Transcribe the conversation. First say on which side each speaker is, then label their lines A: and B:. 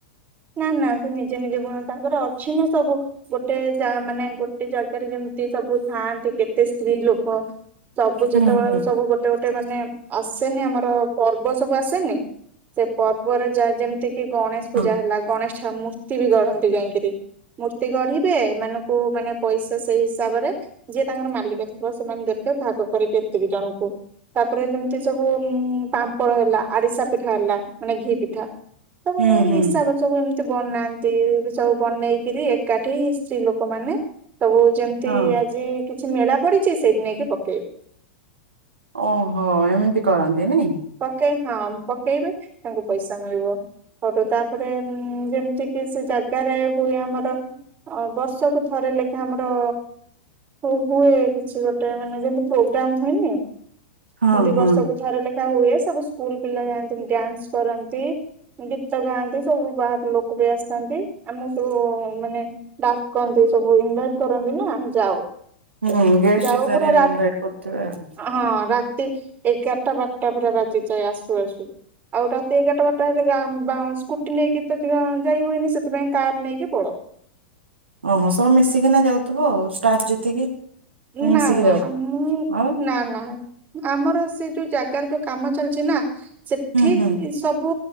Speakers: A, on the right; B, on the right.
A: ନା ନା ସେ ନିଜେ ନିଜେ ବୁଣନ୍ତି ତାଙ୍କର ଅଛି ନା ସବୁ ଗୋଟେ ଜା ମାନେ ଗୋଟେ ଜାଗାରେ ଯେମିତି ସବୁ ଥାଆନ୍ତି କେତେ ସ୍ତ୍ରୀ ଲୋକ ସବୁ
B: ହୁଁ
A: ଯେତେବେଳେକୁ
B: ହୁଁ
A: ସବୁ ଗୋଟେ ଗୋଟେ ମାନେ ଆସେନି ଆମର ପର୍ବ ସବୁ ଆସେନି ସେ ପର୍ବରେ ଯା ଯେମିତି କିି ଗଣେଶ ପୂଜା
B: ହଁ
A: ହେଲା ଗଣେଶ ଛା ମୂ ମୂର୍ତ୍ତି ବି ଗଢନ୍ତି ଯାଇଁକିରି ମୂର୍ତ୍ତି ଗଢିବେ ଏମାନଙ୍କୁ ମାନେ ପଇସା ସେଇ ହିସାବରେ ଯିଏ ତାଙ୍କର ମାଲିକ ଥିବ ସେମାନେ ଦେବେ ଭାଗ କରିବେ ଏତିକି ଜଣଙ୍କୁ। ତାପରେ ଯେମିତି ସବୁ ଉଁ ପାମ୍ପଡ଼ ହେଲା ଆରିସା ପିଠା ହେଲା ମାନେ ଘି ପିଠା ତ
B: ହୁଁ
A: ଏଇ
B: ହୁଁ।
A: ହିସାବରେ ସବୁ ଏମିତି ବନାନ୍ତି ସବୁ ବନେଇକିରି ଏକାଠି ସ୍ତ୍ରୀ ଲୋକମାନେ ସବୁ ଯେମିତି
B: ହଁ
A: ଏମତି ଆଜି କିଛି ମେଳା ପଡିଛି ସେଇଠି ନେଇକି ପକେଇବି।
B: ଓହୋ ଏମିତି କରନ୍ତି ନାଇଁ।
A: ପକେଇ ହଁ ପକେଇବେ ତାଙ୍କୁ ପଇସା ମିଳିବ। କରୁ ତାପରେ ଯେମିତି କି ସେ ଜାଗାରେ ହୁଏ ଆମର ଅ ବର୍ଷକୁ ଥରେ ଲେଖା ଆମର ହ ହୁଏ କିଛି ଗୋଟେ ମାନେ ଯେମତି ପ୍ରୋଗ୍ରାମ ହୁଏନି ଯେମିତି
B: ହଁ ହଁ।
A: ବର୍ଷକୁ ଥରେ ଲେଖା ହୁଏ ସବୁ ସ୍କୁଲ ପିଲା ଯାଆନ୍ତି ଡ୍ୟାନ୍ସ କରନ୍ତି। ଗୀତ ଗାଆନ୍ତି ସବୁ ବାହାର ଲୋକ ବି ଆସିଥାନ୍ତି ଆମକୁ ସବୁ ମାନେ ଡାକନ୍ତି ସବୁ ଇନଭାଇଟ କରନ୍ତି ନା ଆମେ ଯାଉ।
B: ହୁଁ ଗେଷ୍ଟ
A: ଯାଉ
B: ହିସାବରେ
A: ପୁରା ରା
B: ଇନଭାଇଟ କରୁଥିବେ ଆଉ।
A: ହଁ ରାତି ଏଗାରଟା ବାରଟା ପୁରା ବାଜିଯାଏ ଆସୁ ଆସୁ। ଆଉ ରାତି ଏଗାରଟା ବାରଟା ହେଲେ ଗାଁ ସ୍କୁଟି ନେଇକି ତ ଯାଇ ହୁଏନି ସେଥିପାଇଁ କାର ନେଇକି ପଳାଉ।
B: ଓହୋ ସବୁ ମିଶିକିନା ଯାଉଥିବ ଆଉ ଷ୍ଟାଫ୍ ଯେତିକି ସବୁ
A: ନା
B: ମିଶିକି
A: ନା
B: ଯାଉ
A: ମୁଁ
B: ଆଉ।
A: ନା ନା। ଆମର ସେ ଯୋଉ ଜାଗାରେ ଯୋଉ କାମ ଚାଲିଛି ନା ସେଠି
B: ହୁଁ ହୁଁ।
A: ସବୁ